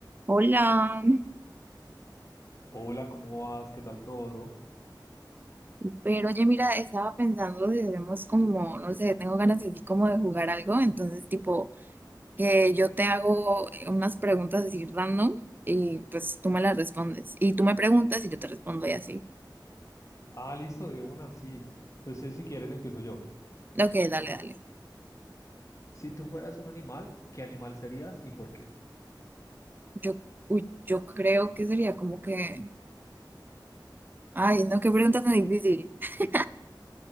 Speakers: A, on the right; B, on the left.
A: Hola,
B: Hola, ¿cómo vas? ¿Qué tal todo?
A: pero oye, mira, estaba pensando si debemos como, no sé, tengo ganas así como de jugar algo, entonces tipo que yo te hago unas preguntas así random y pues tú me las respondes y tú me preguntas y yo te respondo y así.
B: Ah, listo, de una, sí. Entonces, si quieres, empiezo yo.
A: Ok, dale, dale.
B: Si tú fueras un animal, ¿qué animal serías y por qué?
A: Yo, uy, yo creo que sería como que, ay, no, qué pregunta tan difícil. <laughs>